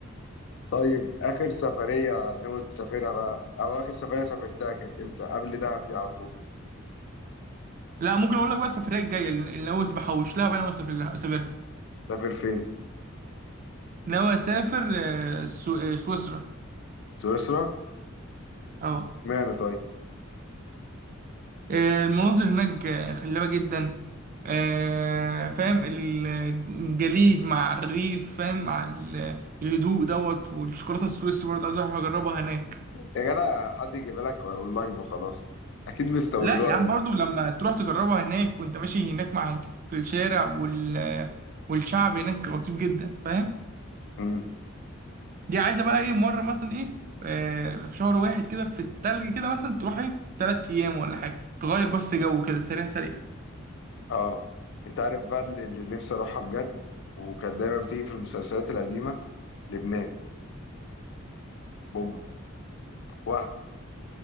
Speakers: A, on the left; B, on the right.
A: طيب آخر سفرية ناوي تسافرها بقى أو آخر سفرية سافرتها كانت إمتى؟ قبل دهب دي على طول
B: لا ممكن اقول لك بقى السفريه الجايه اللي اللي ناوي بحوش لها بقى ناوي اسافر لها اسافرها
A: سافر فين؟
B: ناوي اسافر آه، السو- آه، سويسرا
A: سويسرا؟
B: اه
A: معنى طيب
B: آه، المناظر هناك آه، خلابه جدا آه، فاهم الجليد مع الريف فاهم مع ال- الهدوء دوت والشوكولاته السويسي برضه عايز أروح اجربها هناك
A: يا جدع حد يجيب لك أونلاين وخلاص أكيد بيستوردوها
B: لا يا عم
A: هنا
B: برضو لما تروح تجربها هناك وانت ماشي هناك مع ال- في الشارع وال... والشعب هناك لطيف جدا فاهم
A: امم
B: دي عايزه بقى ايه مره مثلا ايه آه في شهر واحد كده في التلج كده مثلا تروح ايه تلات ايام ولا حاجه تغير بس جو كده سريع سريع
A: أه أنت عارف بقى اللي اللي نفسي أروحها بجد وكانت دايما بتيجي في المسلسلات القديمة لبنان بوم واه